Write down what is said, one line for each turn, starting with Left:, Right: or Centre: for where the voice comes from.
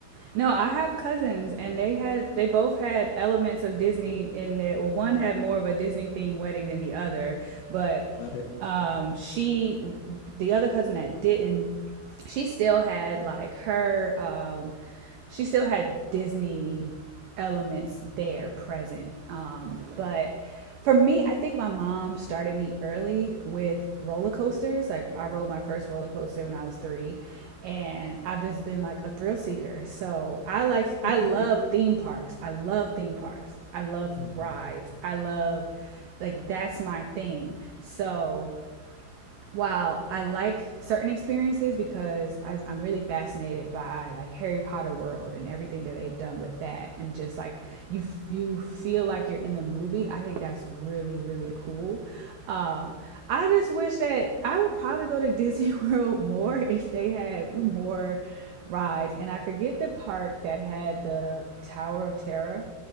Right: No, I have cousins, and they had they both had elements of Disney in there. Well, one had more of a Disney themed wedding than the other, but
Left: Love it.
Right: um, she, the other cousin that didn't, she still had like her um, she still had Disney elements there present. Um, but for me, I think my mom started me early with roller coasters. Like I rode my first roller coaster when I was three, and I've just been like a thrill seeker. So I like
Left: <laughs>
Right: I love theme parks. I love theme parks. I love
Left: hmm
Right: rides. I love like that's my thing. So while I like certain experiences because I, I'm really fascinated by like Harry Potter world and everything that they've done with that, and just like you you feel like you're in the movie. I think that's really really cool. Uh, I just wish that I would probably go to <laughs> Disney World more if they had more rides. And I forget the park that had the Tower of Terror